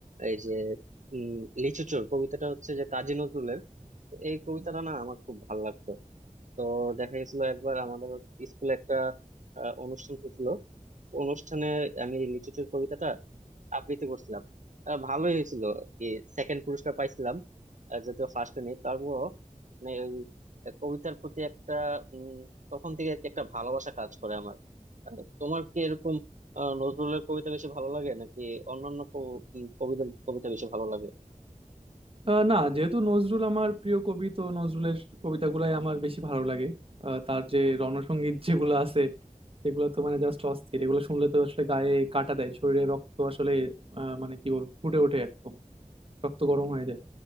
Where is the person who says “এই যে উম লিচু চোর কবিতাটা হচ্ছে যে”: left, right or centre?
Right